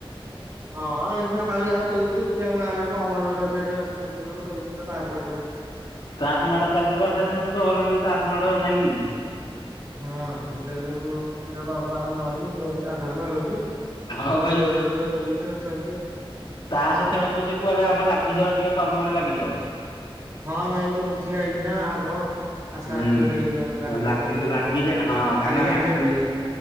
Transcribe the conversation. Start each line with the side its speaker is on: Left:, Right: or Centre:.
Right: ହଁ ଏମିତି ସକାଳୁ ଯାହା ଶୋଉଚୁ, ଉଠି ଆମ ଗାଁ ରେ ପମ୍ପ ହାଉସ୍ ଗୋଟେ ଅଛି ସେଇଠି ଆସି ବସିକି ଯାଉ, ଖେଳୁଚି <unintelligible> ତାସ ଫାସ ସବୁ।
Left: ତାସ୍ ମାଡ ଚାଲିଚି, ବର୍ଷା ଦିନକୁ ତ ଭଲ ଟିକେ ତାସ୍ ମାଡ ନାଇଁ କି?
Right: ହଁ ହେଇଟା ସବୁ ପିଲା ଦଶ ବାର ମେଳ ହେଇକି ସେଠି ବସିକି ତାସ୍ ଫାସ୍ ବାଡଉଚୁ।
Left: ହଉ ଭାଇ
Right: ବୁଢାଲୋକ ସବୁ ଜମିକି ଆଉ ଚାଲଚି ଆଉ।
Left: ତାସ୍ ଖେଳ ପଛେ କୁଆଡେ ଆଘ ଲାଗିଯାଅ ଟିକେ କର୍ମରେ ଲାଗିଯାଅ।
Right: ହଁ ନାଇଁ ମୁଁ ତ ବୁଝିକି ଆଇଚି ନା ହବ। ଆଶା
Left: ହୁଁ,
Right: ଅଛି ଗୋଟେ ହେଇଯିବ ମତେ ଲାଗୁଛି
Left: ଲାଗ
Right: କରିକି ଆଇଛି
Left: ଲାଗିଯା
Right: ବୁଝିକି।
Left: ହଁ କାହିଁକି
Right: କାଲି
Left: ନା
Right: ନେଇକି
Left: ଲାଗିଯ
Right: ଦେବି